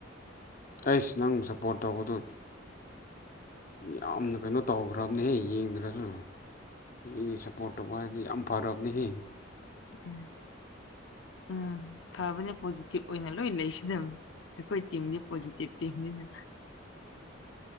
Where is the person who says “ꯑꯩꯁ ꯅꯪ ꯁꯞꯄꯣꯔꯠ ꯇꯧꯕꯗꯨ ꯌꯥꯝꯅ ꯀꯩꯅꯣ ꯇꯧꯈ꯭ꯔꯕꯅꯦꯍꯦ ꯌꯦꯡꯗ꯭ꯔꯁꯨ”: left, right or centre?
Left